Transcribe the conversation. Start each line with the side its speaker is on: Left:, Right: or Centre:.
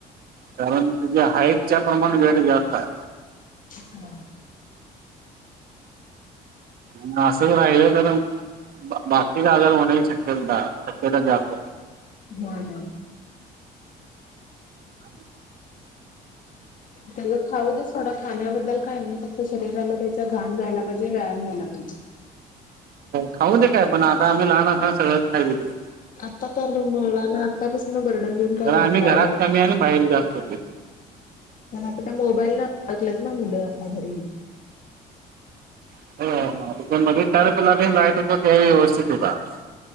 Right: कारण, तुझ्या हाईटच्या प्रमाणे वेट जास्त आहे.
Left: हम,
Right: आणि, असच राहिलं तर, बाकीचा आजार होण्याची शक्य शक्यता जास्त,
Left: होय, होय,
Right: हा,
Left: त्याला खाऊ दीसला, खाण्याबद्दल काय नाही फक्त शरीराला त्याचा घाण जायला पाहिजे व्यायाम झाला पाहिजे.
Right: खाऊ दे काय पण आता आम्ही लहान असताना सगळं खाईत होतो.
Left: आता तर मुलाना आतापासून बर्डन देऊन का
Right: तर आम्ही
Left: करणारऱे
Right: घरात
Left: आडवं.
Right: कमी आणि बाहेर जास्त होते.
Left: कारण आता त्या मोबाईलला आडकलत ना मुलं आता घरी
Right: <inaudible>